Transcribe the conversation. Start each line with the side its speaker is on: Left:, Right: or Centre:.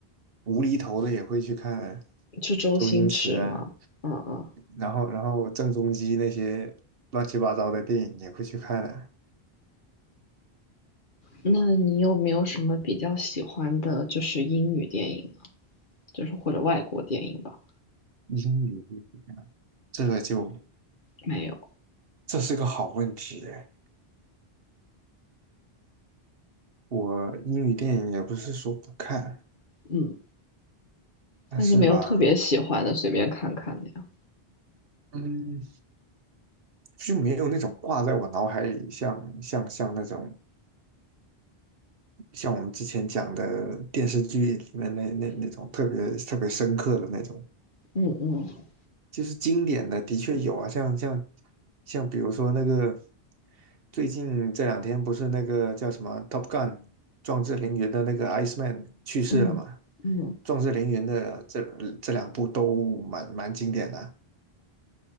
Right: 无厘头的也会去看
Left: 就周星驰吗？
Right: 周星驰啊。
Left: 嗯嗯，
Right: 然后然后郑中基那些乱七八糟的电影也会去看的。
Left: 那你有没有什么比较喜欢的，就是英语电影呢？就是或者外国电影吧？
Right: 英语这个就
Left: 没有，
Right: 这是个好问题哎我英语电影也不是说不看，
Left: 嗯，
Right: 但是吧，
Left: 但就没有特别喜欢的，随便看看的呀。
Right: 嗯，就没有那种挂在我脑海里像像像那种像我们之前讲的电视剧里面那那那种特别特别深刻的那种
Left: 嗯嗯
Right: 就是经典的，的确有啊，像像像比如说那个最近这两天不是那个叫什么《Top Gun》壮志凌云的那个 Iceman 去世了嘛？
Left: 嗯嗯。
Right: 壮志凌云的这这两部都蛮蛮经典的，